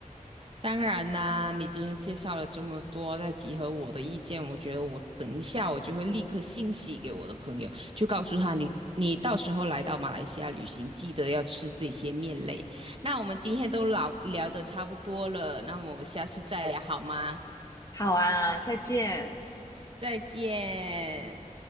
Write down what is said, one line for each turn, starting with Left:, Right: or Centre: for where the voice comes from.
Right: 当然啦，你今天介绍了这么多，再集合我的意见，我觉得我等一下我就会立刻信息给我的朋友，就告诉他你你到时候来到马来西亚旅行，记得要吃这些面类。那我们今天都聊聊得差不多了，那我们下次再聊好吗？
Left: 好啊，再见。
Right: 再见。